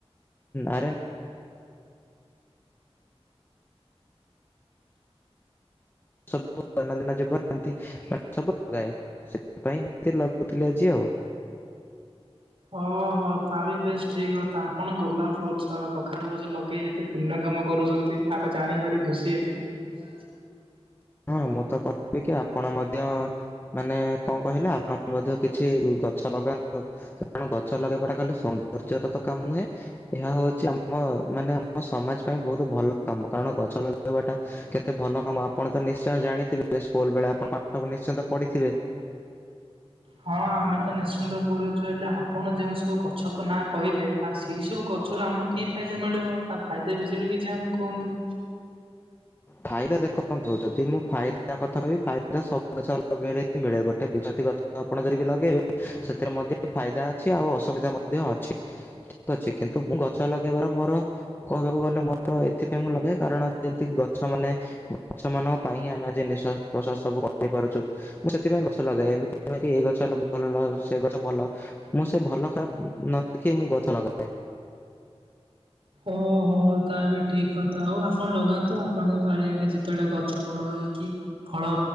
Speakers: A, on the left; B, on the right.
A: ଆରେ ସବୁ ଦୈନନ୍ଦିନ ଯିବ ଏମତି ସବୁ ଲଗାଏ ସେଥିପାଇଁ ଏମତି ଲଗଉଥିଲି ଆଜି ଆଉ।
B: ଓହୋ ତା ବି ବେଶ ଠିକ୍ କ ତା ଆପଣ ଗୋଲାପ ଗଛ କଖାରୁ ଗଛ ଲଗେଇ ଏତେ ପୁଣ୍ୟ କାମ କରୁଛନ୍ତି ଆମେ ଜାଣିିବାରି ଖୁସି ହେଲୁ। ହ
A: ହଁ ମୁଁ ତ କହିବି କି ଆପଣ ମଧ୍ୟ ମାନେ କଣ କହିଲେ ଆପଣ ମଧ୍ୟ କିଛି ଗଛ ଲଗାନ୍ତୁ। କାରଣ ଗଛ ଲଗେଇବାଟା ଖାଲି ସୌନ୍ଦର୍ଯ୍ୟ ର ତ କାମ ନୁହେଁ। ଏହା ହଉଛି ଆମ ମାନେ ଆମ ସମାଜ ପାଇଁ ବହୁତ ଭଲ କାମ କାରଣ ଗଛ ଲଗେଇବାଟା କେତେ ଭଲ କାମ ଆପଣ ତ ନିଶ୍ଚୟ ଜାଣିଥିବେ ସ୍କୁଲ ବେଳେ ଆପଣ ପାଠ ନିଶ୍ଚନ୍ତ ପଢିଥିବେ।
B: ହଁ ଆମେ ତ ନିଶ୍ଚିନ୍ତ ପଡୁଛୁ ହେଲେ ଆପଣ ଯେଉଁ ସବୁ ଗଛ ନାଁ କହିଲେ ନା ସେଇ ସବୁ ଗଛରୁ ଆମକୁ କି ଫାଇଦା ମିଳିବ ତା ଫାଇଦା ବିଷୟରେ କିଛି ଆମକୁ କୁହନ୍ତୁ।
A: ଫାଇଦା ଦେଖନ୍ତୁ ଯଦି ମୁଁ ଫାଇଦ କଥା କହି ଫାଇଦା ସବୁ ଗଛ ଲଗେଇଲେ ହିଁ ମିଳେ ଗୋଟେ ବିଜତି ଗଛ ଆପଣ ଯଦି ବି ଲଗେଇବେ ସେଥିରେ ମଧ୍ୟ ଫାଇଦା ଅଛି ଆଉ ଅସୁବିଧା ମଧ୍ୟ ଅଛି। ଠିକ ଅଛି କିନ୍ତୁ ମୁଁ ଗଛ ଲଗେଇବାର ମୋର କହିବାକୁ ଗଲେ ମୋର ଏଥିପାଇଁ ମୁଁ ଲଗେ କାରଣ ଯେମିତି ଗଛ ମାନେ ଗଛ ମାନଙ୍କ ପାଇଁ ହିଁ ଆମେ ଆଜି ନିଶ୍ୱାସ ପ୍ରଶ୍ୱାସ ସବୁ କରି ପାରୁଛୁ। ମୁଁ ସେଥିପାଇଁ ଗଛ ଲଗାଏ ଏମିତି ନୁହେଁକି ଏଇ ଗଛ ଭଲ ସେ ଗଛ ଭଲ। ମୁଁ ସେ ଭଲ ଖରାପ ଉଁଉଁ ନ ଦେଖି ମୁଁ ଗଛ ଲଗାଏ।
B: ଓ ହୋ ହଉ ତା ବି ଠିକ୍ କଥା ହଉ ଆପଣ ଲଗାନ୍ତୁ ଆପଣଙ୍କ ବାରିଆଡେ ଯେତେବେଳେ ଗଛ ବଡ ହେଇକି ଫଳ